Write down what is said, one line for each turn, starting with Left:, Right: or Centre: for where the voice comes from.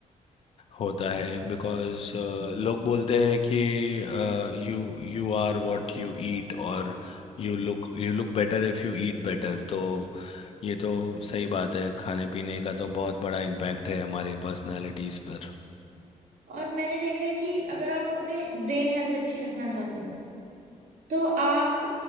Left: होता है बिकॉज लोग बोलते हैं कि you you are what you eat और यू लुक you look better if you eat better तो ये तो सही बात है खाने पीने का तो बहुत बड़ा इम्पैक्ट है हमारी पर्सनालिटीज़ पर
Right: और मैंने देखा है कि अगर आप अपने ब्रेन हेल्थ अच्छी रखना चाहते हो तो आप